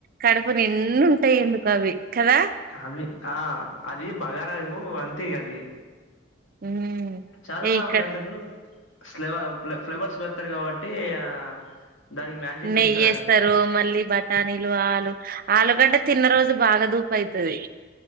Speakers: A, on the right; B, on the left.
A: కడుపు నిండు ఉంటయి ఎందుకో అవి కదా
B: అవి ఆ అది బగార ఆకు అంతే ఇగా అది
A: ఉమ్
B: చాలా
A: ఏ ఇక్కడ
B: దాంట్లకు స్లవ ఫ్లేవర్స్ స్తరు కాబట్టి ఆ దానికి మ్యాజిక్
A: నెయ్యి
B: ఉంటది
A: ఏస్తరు
B: అట్నే
A: పల్లి బఠాణీలు ఆలు ఆలుగడ్డ తిన్న రోజు బాగా దూపు అయితది